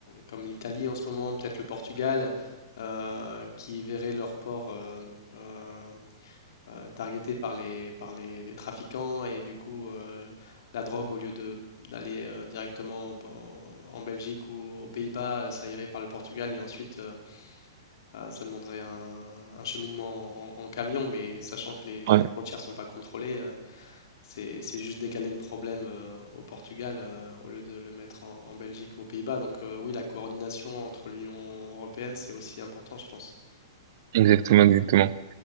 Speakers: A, on the left; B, on the right.
A: comme l'Italie en ce moment, peut-être le Portugal, euh, qui verraient leur port euh, euh, euh, targeté par les, par les, les trafiquants et du coup euh, la drogue, au lieu de d'aller euh, directement en, en Belgique ou aux Pays-Bas, euh, ça irait par le Portugal et ensuite euh, euh, ça demanderait un, un cheminement en, en camion, mais sachant que les, les
B: ouais,
A: frontières sont pas contrôlées, euh, c'est c'est juste décaler le problème euh, au Portugal euh, au lieu de le mettre en, en Belgique ou aux Pays-Bas. Donc euh, oui, la coordination entre l'Union européenne, c'est aussi important, je pense.
B: exactement, exactement.